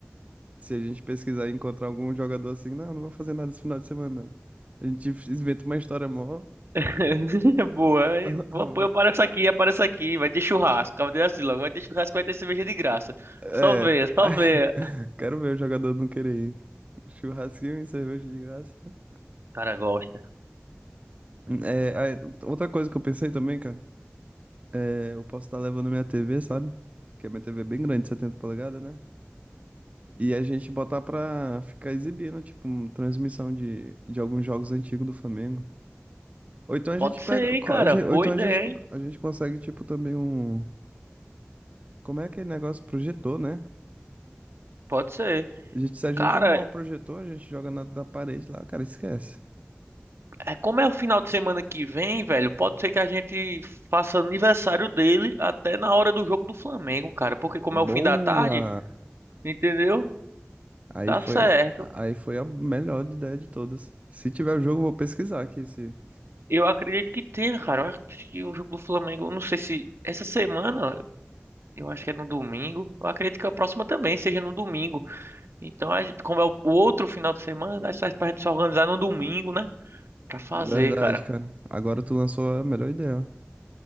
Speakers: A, on the right (about 35°); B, on the right (about 75°).
A: Se a gente pesquisar e encontrar algum jogador assim, não, não vou fazer nada esse final de semana, não. A gente inventa uma história mó.
B: <laughs> Boa, hein?
A: <laughs>
B: Vou- eu apareço aqui, apareço aqui, vai ter churrasco. Acaba de assim logo, vai ter churrasco, vai ter cerveja de graça.
A: É.
B: Só vê, só
A: <laughs>
B: vê.
A: Quero ver o jogador não querer ir. Churrasquinho e cerveja de graça.
B: Cara, gosta.
A: É, aí, outra coisa que eu pensei também, cara. é, eu posso estar levando minha TV, sabe? Que a minha TV é bem grande, 70 polegadas, né? E a gente botar pra ficar exibindo, tipo, um- transmissão de, de alguns jogos antigos do Flamengo. Ou então a
B: Pode
A: gente pega.
B: ser, hein,
A: co-
B: cara.
A: a gen-
B: Boa
A: Ou então
B: ideia,
A: a gente, co-
B: hein?
A: a gente consegue, tipo, também um. Como é aquele negócio? Projetor, né?
B: Pode ser.
A: A gente, se a
B: Cara,
A: gente arrumar um projetor, a gente joga na, da parede lá, cara, esquece.
B: é- como é o final de semana que vem, velho, pode ser que a gente faça aniversário dele até na hora do jogo do Flamengo, cara. Porque como é o
A: Boa!
B: fim da tarde, entendeu?
A: Aí
B: Dá
A: foi,
B: certo.
A: aí foi a melhor ideia de todas. Se tiver o jogo, eu vou pesquisar aqui esse.
B: Eu acredito que tenha, cara. Eu acho que o jogo do Flamengo, eu não sei se essa semana. Eu acho que é no domingo. Eu acredito que a próxima também seja no domingo. Então, a gente- como é o o outro final de semana, dá certo pra gente se organizar no domingo, né? Pra fazer,
A: Verdade,
B: cara.
A: cara. Agora tu lançou a melhor ideia.